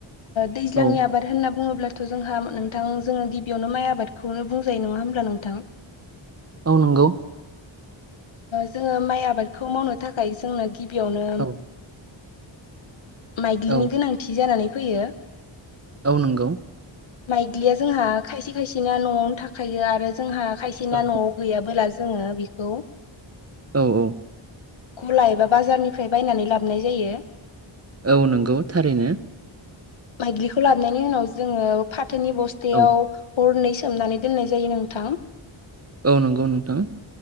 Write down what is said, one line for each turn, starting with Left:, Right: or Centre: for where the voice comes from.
Left: दैज्लांनि
Right: औ
Left: आबाद होनना बुङोब्लाथ' जोंहा नोंथां जोङो गिबियावनो माइ आबादखौनो बुंजायो नङा होमब्ला नोंथां
Right: औ नंगौ
Left: जोङो माइ आबादखौ मावनो थाखाय जोंनो गिबियावनो
Right: औ
Left: माइग्लिनि
Right: औ
Left: गोनांथि जानानै फैयो।
Right: औ नंगौ
Left: माइग्लिया जोंहा खायसे खायसेना न'आवनो थाख खायो आरो जोंहा खायसेना
Right: औ
Left: न'आव गैयाबोला जोङो बेखौ
Right: औ औ
Left: गला एबा बाजारनिफ्राय बायनानै लाबोनाय जायो
Right: औ नंगौ थारैनो
Left: माइदलिखौ लाबनायनि उनाव जोङो फाथोनि बस्थायाव
Right: औ
Left: हरनै सोमनानै दोननाय जायो नोंथां।
Right: औ नंगौ नोंथां।